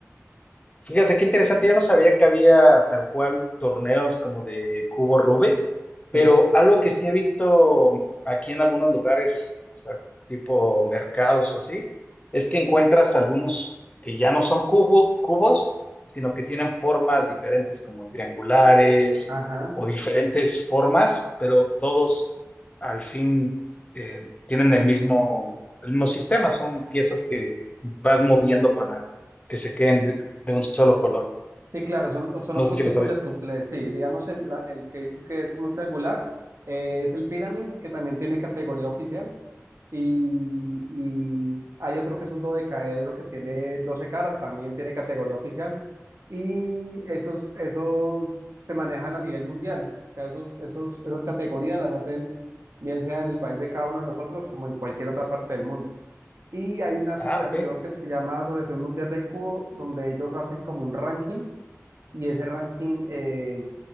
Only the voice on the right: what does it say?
Sí,
ajá.
Sí, claro, son, son otros
tipos
de
puzzles. Sí, digamos, el, la- el que dices que es como triangular, eh, es el Pyramids, que también tiene categoría oficial, y, y hay otro que es un dodecaedro que tiene 12 caras, también tiene categoría oficial. y esos, esos se manejan a nivel mundial. O sea, esos, esos, esas categorías las hacen bien sea en el país de cada uno de nosotros como en cualquier otra parte del mundo. Y hay una asociación
que se llama Asociación Mundial del Cubo, donde ellos hacen como un ranking y ese ranking eh,